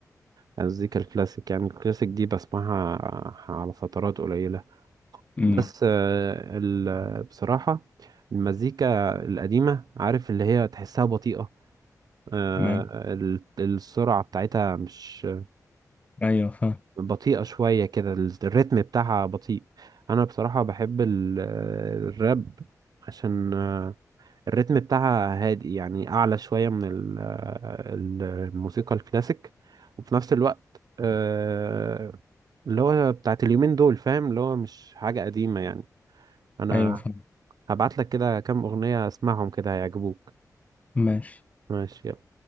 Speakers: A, on the right; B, on the left.
A: المزيكا الكلاسيك يعني الكلاسيك دي بسمعها على فترات قليلة
B: امم
A: بس آه، ال- بصراحة المزيكا القديمة عارف اللي هي تحسها بطيئة آه،
B: ما-
A: ال- السرعة بتاعتها مش
B: ايوه فاهم
A: بطيئة شوية كده ال- الريتم بتاعها بطيء أنا بصراحة بحب ال- الراب عشان الريتم بتاعها هادئ يعني اعلى شويه من ال- ال- الموسيقى الكلاسيك وفي نفس الوقت آه، اللي هو بتاعت اليومين دول فاهم اللي هو مش حاجه قديمه يعني انا
B: ايوه فاهم
A: هبعت لك كده كام اغنيه اسمعهم كده هيعجبوك
B: ماشي
A: ماشي يلا